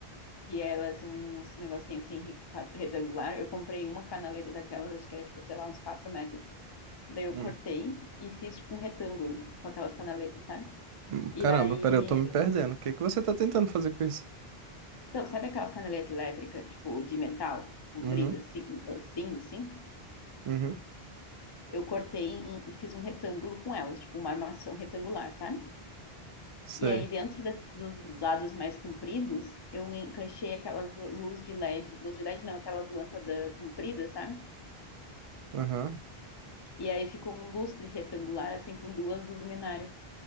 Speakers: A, on the left; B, on the right.
A: Que elas são uns negocinhos assim, quadro- retangular. Eu comprei uma canaleta daquelas, acho que era tipo, sei lá, uns 4 metros. Daí eu
B: Hum.
A: cortei e fiz tipo um retângulo com aquelas canaletas, sabe?
B: Hum,
A: E
B: Caramba,
A: aí.
B: peraí, eu tô me perdendo. O que que você tá tentando fazer com isso?
A: Então, sabe aquelas canaletas elétricas, tipo, de metal, compridas,
B: Uhum,
A: assim cinza, assim?
B: uhum,
A: Eu cortei e fiz um retângulo com elas, tipo, uma armação retangular, sabe?
B: sei.
A: E aí, dentro das- dos dados mais compridos, eu encaixei aquelas luz de LED, luz de LED não, aquelas lâmpadas compridas, sabe?
B: Aham.
A: E aí ficou um lustre retangular, assim, com duas luminárias,